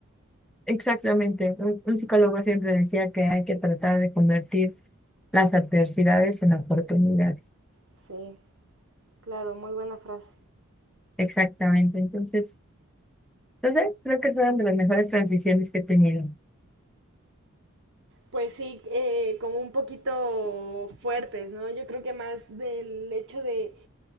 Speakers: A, in the centre; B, on the right.
A: Exactamente, un, un psicólogo siempre decía que hay que tratar de convertir las adversidades en oportunidades.
B: Sí, claro, muy buena frase.
A: Exactamente, entonces... Entonces, creo que fueron de las mejores transiciones que he tenido.
B: Pues sí, eh, como un poquito fuertes, ¿no? Yo creo que más del hecho de